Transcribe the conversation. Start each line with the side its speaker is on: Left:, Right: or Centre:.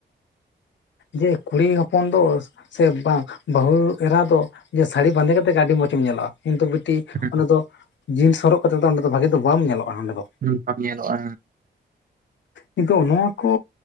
Left: ᱡᱮ ᱠᱩᱲᱤ ᱦᱚᱯᱚᱱ ᱫᱚ᱾ ᱥᱮ ᱵᱟᱝ ᱵᱟᱦᱩ ᱮᱨᱟ ᱫᱚ ᱡᱮ ᱥᱟᱲᱤ ᱵᱟᱸᱫᱮ ᱠᱟᱛᱮ ᱜᱮ ᱟᱰᱤ ᱢᱚᱸᱡᱮᱢ ᱧᱮᱞᱚᱜᱼᱟ ᱠᱤᱱᱛᱩ ᱵᱤᱴᱤ᱾
Right: ᱦᱩᱸ
Left: ᱚᱸᱰᱮ ᱫᱚ ᱡᱤᱱᱥ ᱦᱚᱨᱚᱜ ᱠᱟᱛᱮ ᱫᱚ ᱚᱸᱰᱮ ᱫᱚ ᱵᱷᱟᱜᱤ ᱫᱚ ᱵᱟᱢ ᱧᱮᱞᱚᱜᱼᱟ ᱚᱸᱰᱮ ᱫᱚ
Right: ᱱᱚᱝᱠᱟᱢ ᱧᱮᱞᱚᱜᱼᱟ᱾
Left: ᱱᱤᱛᱚᱜ ᱱᱚᱣᱟ ᱠᱚ